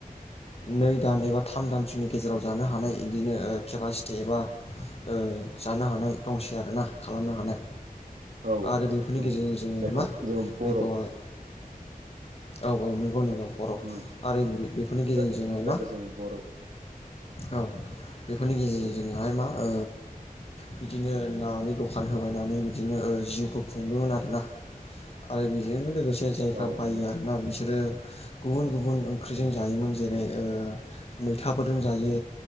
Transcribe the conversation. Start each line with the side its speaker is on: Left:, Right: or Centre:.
Left: नै दान एबा थाम दानसोनि गेजेराव जानो हानाय इदिनो केपासिटि एबा ओ जानो हानाय दंसै आरो ना खालामनो हानाय।
Right: औ औ
Left: आरो बेफोरनि
Right: औ
Left: गेजेरजों जोङो
Right: जायखौ
Left: मा
Right: जोङो बर'फ
Left: बेखौहाय औ औ नंगौ नंगौ बरफ
Right: उम
Left: आरो बेफोरनि गेजेरजोंजोंहाय
Right: जा जायखौ
Left: मा
Right: जोङो बर' औ
Left: औ बेफोरनि गेजेरजोंजोंहाय
Right: औ
Left: मा ओ बिदिनो नानि दखान होबायनानै बिदिनो ओ जिउखौ खुंदोंमोन आरोना। आरो बेजोंनो लोगोसे जायफ्रा
Right: औ
Left: बायो
Right: नंगौ
Left: आरोना बिसोरो गुबुन गुबुन ओंख्रिजों
Right: औ
Left: जायोमोन जेरै ओ मैथाफोरजों जायो।